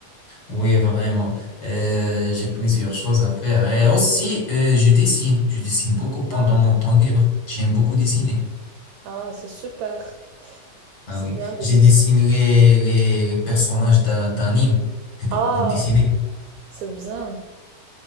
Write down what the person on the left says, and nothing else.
oui, vraiment. Euh, j'ai plusieurs choses à faire. Et aussi, euh, je dessine. Je dessine beaucoup pendant
mon temps libre. J'aime beaucoup dessiner.
Ah
oui.
J'ai
dessiné les, les, les personnages d'un- d'anime, des
bandes dessinées.